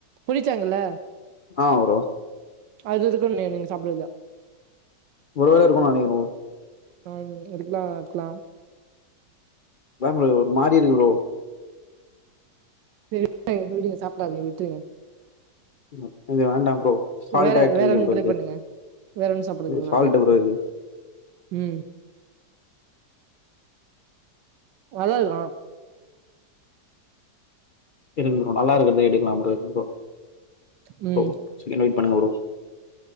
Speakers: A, on the right (about 85°); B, on the left (about 80°).
A: புலிச்சாங்கல்ல
B: ஆ ப்ரோ
A: அது இருக்குன்னே நீங்க சாப்புறது
B: ஒருவேள இருக்குன்னு நெனைக்கிற
A: ஆ இருக்கலா க்கலாம்
B: அதா ப்ரோ ஒரு மாரி இருக்கு ப்ரோ
A: சேரி <inaudible> விடுங்க சாப்டாதீங்க விட்ருங்க
B: ம்‌ இது வேண்டா ப்ரோ ஃபால்ட்
A: வேற
B: ஆயிட்டு
A: வேற
B: இருக்குது
A: ஒன்னு
B: ப்ரோ
A: ட்ரைப்
B: இது
A: பண்ணுங்க வேற ஒன்னு சாப்புடுங்கா
B: இது ஃபால்ட்
A: அத எடுத்து
B: ப்ரோ இது
A: ம் நல்லதுதா
B: இருக்கு ப்ரோ நல்லா இருக்கறத எடுக்கலா ப்ரோ இரு‌
A: ம்
B: ப்ரோ <unintelligible> வெயிட் பண்ணுங்க ப்ரோ